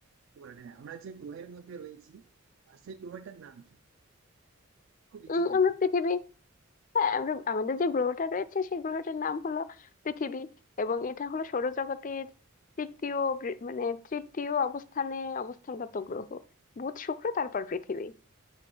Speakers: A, on the right; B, on the left.
A: কি বলে এটা, আমরা যে গ্রহের মধ্যে রয়েছি আর সেই গ্রহটার নাম কি? খুব ইজি
B: উম,
A: কিন্তু
B: আমরা পৃথিবী হ্যাঁ আমরা আমাদের যে গ্রহটা রয়েছে সেই গ্রহটার নাম হলো পৃথিবী এবং এটা হলো সৌরজগতের তৃতীয় বৃ- মানে তৃতীয় অবস্থানে অবস্থানগত গ্রহ বুধ শুক্র তারপর পৃথিবী